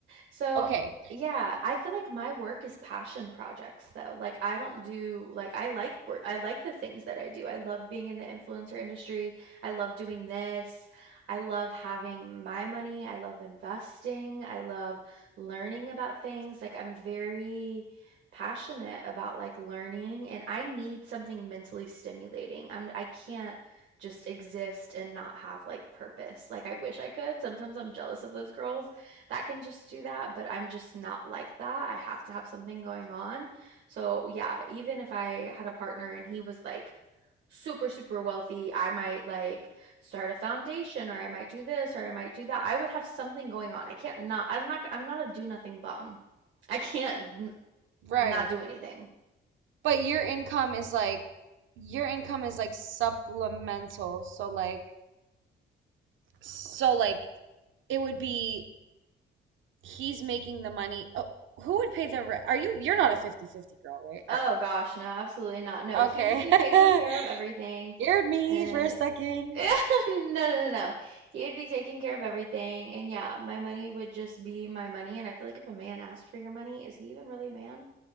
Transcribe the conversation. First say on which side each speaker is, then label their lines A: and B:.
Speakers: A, on the right; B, on the right.
A: So,
B: Okay,
A: yeah, I feel like my work is passion projects though. Like I don't do like I like work. I like the things that I do. I love being in the influencer industry. I love doing this. I love having my money. I love investing. I love learning about things. Like I'm very passionate about like learning and I need something mentally stimulating. I'm I can't just exist and not have like purpose. Like I wish I could. Sometimes I'm jealous of those girls that can just do that, but I'm just not like that. I have to have something going on. So, yeah, even if I had a partner and he was like super, super wealthy, I might like start a foundation or I might do this or I might do that. I would have something going on. I can't not, I'm not, I'm not a do nothing bum. I can't n-
B: right.
A: not do anything.
B: But your income is like your income is like supplemental, so like so like it would be he's making the money. Oh, who would pay the rent? Are you? You're not a fifty fifty girl, right?
A: Oh gosh, no, absolutely not. No,
B: Are,
A: he
B: okay,
A: would be taking
B: <laughs>
A: care of everything.
B: scared me
A: And
B: for a second.
A: <laughs> No, no, no, no. He would be taking care of everything. And yeah, my money would just be my money. And I feel like if a man asked for your money, is he even really a man?